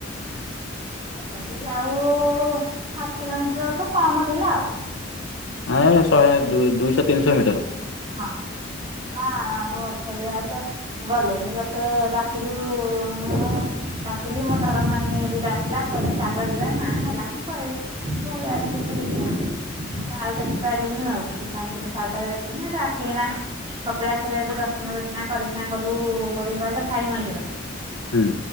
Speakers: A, on the right (about 25°); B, on the left (about 85°).
A: ତଥାବି ଆଉ ହାଫ କିଲୋମିଟରଠୁ କମ ଥିଲା ଆଉ
B: ଏ ଶହେ ଦ ଦୁଇଶହ ତିନିଶହ ମିଟର।
A: ହଁ ହ ଓ ଫେରି ଆଇଲେ। ଗଲେନି ଯେତେ ଡାକିଲୁ ମୁଁ ଡାକିଲି ମୋ ଧରମ ନାନୀ ବି ଡାକିଲା କହିଲେ ଚାଲ ଯିବା ନା ହେଲାନି ପଳେଇ ଆସିଲୁ ଫେରିକି ନାଁ ଆଉ ଦେଖିପାରଲୁନୁ ଆଉ <unintelligible> ସିଧାସଳ ସାଳଟା ଖିଲୁନୁ ହେଠୁ ଆସିକିନା କପିଲାସରେ ହେଠୁ ଦର୍ଶନ ଦୁର୍ଶୁନା କରିକିନା ଗଲୁ କୋଉଠି କହିଲ ସାଇ ମନ୍ଦିର।
B: ହୁଁ।